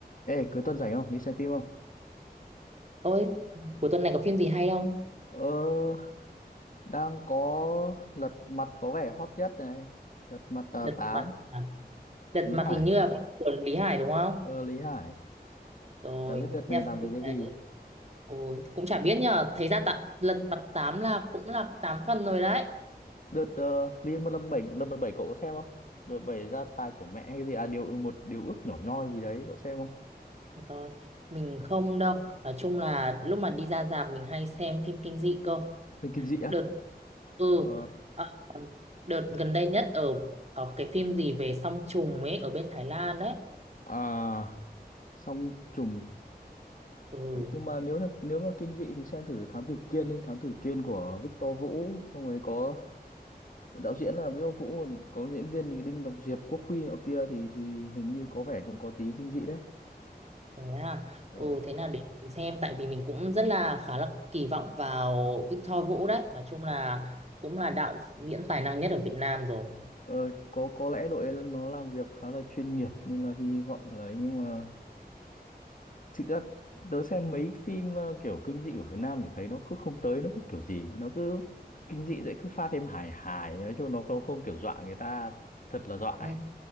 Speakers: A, on the left (about 55°); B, on the right (about 40°).
A: Ê, cuối tuần rảnh không? Đi xem phim không?
B: Ôi, cuối tuần này có phim gì hay không?
A: Ờ, đang có Lật Mặt có vẻ hot nhất này. Lật Mặt
B: Lật
A: uh, 8,
B: mặt à? Lật
A: Lý
B: mặt
A: Hải.
B: hình như là phim của Lý Hải đúng không?
A: Ờ, Lý Hải.
B: Rồi,
A: Đã biết đợt
B: nhà
A: này làm về
B: phim
A: cái
B: đấy.
A: gì?
B: Ôi, cũng chả biết nhờ, thấy ra tạ, lật mặt tám là cũng là 8 phần rồi đấy.
A: Đợt uh, Liên Lâm bảy Lâm bảy cậu có xem không? Đợt bảy gia tài của mẹ hay gì? À, điều một điều ước nhỏ nhoi gì đấy, cậu xem không?
B: Rồi, mình không đâu. Nói chung là lúc mà đi ra rạp mình hay xem phim kinh dị cơ.
A: Phim kinh dị á?
B: Đợt ừ
A: Ờ,
B: ờ, đợt gần đây nhất ở có cái phim gì về song trùng ấy ở bên Thái Lan đấy.
A: à, xong trùng
B: Ừ.
A: Nhưng mà nếu là nếu mà kinh dị thì xem thử Thám Tử Kiên đi. Thám Tử Kiên của Victor Vũ. Xong rồi có đạo diễn là Viết Ông Vũ còn có diễn viên thì Đinh Ngọc Diệp Quốc Huy nọ kia thì thì hình như có vẻ cũng có tí kinh dị đấy
B: Thế à?
A: ờ,
B: Ừ, thế nào để mình xem tại vì mình cũng rất là khá là kỳ vọng vào Victor Vũ đấy nói chung là cũng là đạo diễn tài năng nhất ở Việt Nam rồi
A: ờ, có có lẽ đội ấy nó làm việc khá là chuyên nghiệp nên là hy vọng là ấy, nhưng mà thực ra tớ xem mấy phim ờ, kiểu kinh dị của Việt Nam thì thấy nó cứ không tới nó cứ kiểu gì nó cứ kinh dị vậy cứ pha thêm hài hài nói chung nó không không kiểu dọa người ta thật là dọa ấy.
B: ừ,